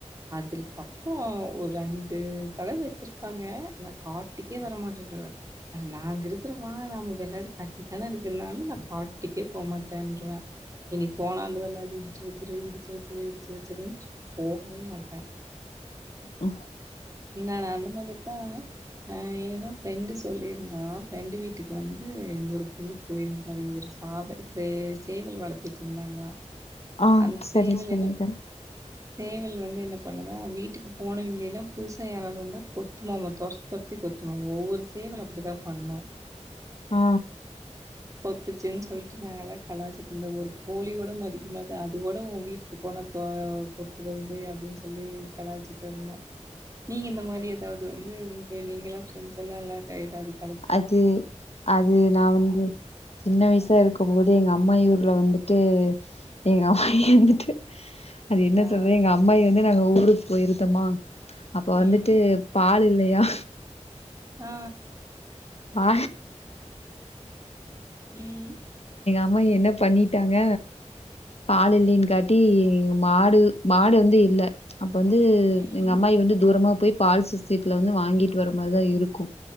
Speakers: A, on the right; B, on the left.
A: அதுக்கப்றோ ஒரு ரெண்டு தட வெச்சிருப்பாங்க நா காட்டுக்கே வரமாட்டேறுவே அட நாங்க இருக்கிறோமா நாம வெள்ளாடு கட்டித்தானே இருக்குனாலு நா காட்டுக்கே போகமாட்டேன்றுவே இனி போனா அந்த வெள்ளாடு இடிச்சு வச்சுரு இடிச்சு வச்சுரு இடிச்சு வச்சிருன்டு போகவே மாட்டே
B: உம்
A: நானான் அந்த மாதிரிதா அ என்னன்னா ஃப்ரெண்டு சொல்லியிருந்தா ஃப்ரெண்டு வீட்டுக்கு வந்து இன்னொரு பொண்ணு போயிருந்தா அவுங்க ஒரு சாவ ச சேவல் வளர்த்திட்டு இருந்தாங்களா
B: ஆ
A: அந்த
B: சரி
A: சேவல்
B: சரிங்க்கா
A: என்ன ப சேவல் வந்து என்ன பண்ணுதா வீட்டுக்கு போனவிங்கள எல்லா புதுசா யாராவது வந்து கொத்துமாம தொரத்தி தொரத்தி கொத்துமா ஒவ்வொரு சேவல் அப்டி தா பண்ணு
B: ஆ
A: கொத்துச்சுன் சொல்லிட்டு நாங்க எல்லா கலாய்ச்சிட்டு இருந்தோ ஒரு கோழி கூட மதிக்கமாது அது கூட ஓ வீட்டுக்கு போனா கொத்த வருது அப்டின்னு சொல்லி கலாய்ச்சிட்டு இருந்தோ நீங்க இந்த மாரி ஏதாவது வந்து நீங்க எல்லா பிரண்ட்ஸ் எல்லா எல்லா கலாய்
B: அது அது நா வந்து சின்ன வயசா இருக்கும் போது எங்க அம்மாயி ஊர்ல வந்துட்டு எங்க அம்மாயிவந்துட்டு அது என்ன
A: ஆ
B: சொல்றது எங்க அம்மாயி வந்து நாங்க ஊருக்கு போயிருந்தோமா அப்ப வந்துட்டு
A: ம்
B: பால் இல்ல யா
A: ஆ
B: ஆ
A: உம்
B: அம்மா என்ன பண்ணிட்டாங்க பால்
A: ஆ
B: இல்லேங்காட்டி இங் மாடு மாடு வந்து இல்ல அப்ப வந்து
A: ம்
B: எங்க அம்மாயி வந்து தூரமா போய் பால் சொசைட்டில வந்து வாங்கிட்டு வர மாரிதா இருக்கு